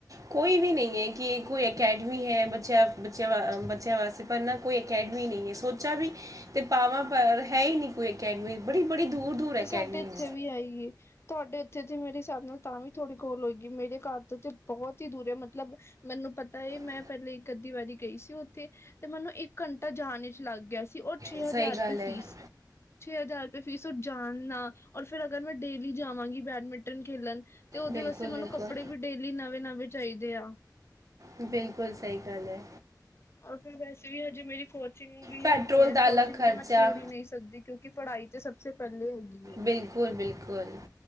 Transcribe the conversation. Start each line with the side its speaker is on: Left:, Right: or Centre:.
Right: ਕੋਈ ਵੀ ਨਹੀਂ ਏ, ਕਿ ਕੋਈ ਐਕ ਅਕੈਡਮੀ ਹੈ, ਬੱਚਿਆਂ, ਬੱਚਿਆਂ, ਬੱਚਿਆਂ ਵਾਸਤੇ ਪਰ ਨਾ ਕੋਈ ਅਕੈਡਮੀ ਨਹੀਂ ਏ, ਸੋਚਾ ਵੀ ਤੇ <unintelligible> ਹੈ ਹੀ ਨਹੀਂ ਕੋਈ ਅਕੈਡਮੀ ਬੜੀ ਬੜੀ ਦੂਰ ਦੂਰ
Left: ਤੇ
Right: ਅਕੈਡਮੀ
Left: ਸਾਡੇ ਇੱਥੇ
Right: ਹੈ
Left: ਵੀ ਆਈ ਏ। ਤੁਹਾਡੇ ਇੱਥੇ ਤੇ ਮੇਰੇ ਹਿਸਾਬ ਨਾਲ ਤਾਂ ਵੀ ਥੋੜੀ ਕੋਲ ਹੋਈਗੀ, ਮੇਰੇ ਘਰ ਤੇ ਤੇ ਬਹੁਤ ਹੀ ਦੂਰ ਹੈ, ਮਤਲਬ ਮੈਨੂੰ ਪਤਾ ਹੈ, ਮੈਂ
Right: ਮਤਲਬ
Left: ਪਹਿਲੇ ਇੱਕ-ਅੱਧੀ ਵਾਰੀ ਗਈ ਸੀ ਉੱਥੇ, ਤੇ ਮਨੂੰ ਇੱਕ ਘੰਟਾ ਜਾਣ ਵਿਚ ਲੱਗ ਗਿਆ ਸੀ। ਛੇ
Right: ਸੀ
Left: ਹਜ਼ਾਰ
Right: ਸਹੀ
Left: ਰੁਪਏ
Right: ਗੱਲ
Left: ਫੀਸ,
Right: ਹੈ ਘਰ
Left: ਛੇ ਹਜ਼ਾਰ ਰੁਪਏ ਫੀਸ। ਉਹ ਜਾਣਨਾ ਔਰ ਫਿਰ ਅਗਰ ਮੈਂ ਡੇਲੀ ਜਾਵਾਂਗੀ ਬੈਡਮਿੰਟਨ ਖੇਲਣ, ਤੇ ਉਹਦੇ
Right: ਬਿਲਕੁਲ
Left: ਵਾਸਤੇ
Right: ਬਿਲਕੁਲ
Left: ਮਨੂੰ ਕੱਪੜੇ ਵੀ ਡੇਲੀ ਨਵੇਂ-ਨਵੇਂ ਚਾਹੀਦੇ ਆ।
Right: ਬਿਲਕੁਲ ਸਹੀ ਗੱਲ ਐ।
Left: ਔਰ ਫਿਰ ਵੈਸੇ ਵੀ ਹਜੇ ਮੇਰੀ ਕੋਚਿੰਗ ਵੀ
Right: ਪੈਟਰੋਲ
Left: ਹੈਗੀਆਂ,
Right: ਦਾ ਅਲੱਗ
Left: ਕੋਚਿੰਗ
Right: ਖਰਚਾ
Left: ਤੇ ਮੈਂ ਛੋੜ ਹੀ ਨਹੀਂ ਸਕਦੀ ਕਿਉਂਕਿ ਪੜ੍ਹਾਈ'ਚ ਸਭਸੇ ਪਹਿਲੇ ਹੋਗੀ।
Right: ਬਿਲਕੁਲ ਬਿਲਕੁਲ